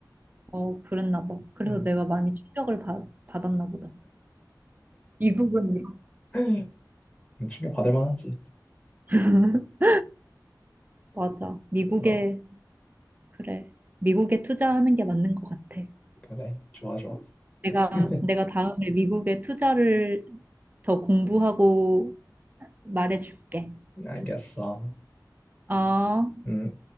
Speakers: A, on the right (about 25°); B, on the left (about 20°).
A: 어, 그랬나 봐. 그래서
B: 음.
A: 내가 많이 충격을 받, 받았나 보다. 미국은 이렇구나.
B: <laughs> 충격 받을 만하지.
A: <laughs> 맞아. 미국에,
B: 어,
A: 그래. 미국에 투자하는 게 맞는 것 같아.
B: 그래, 좋아, 좋아.
A: 내가
B: <laughs>
A: 내가 다음에 미국에 투자를 더 공부하고 말해줄게.
B: 알겠어.
A: 어.
B: 음.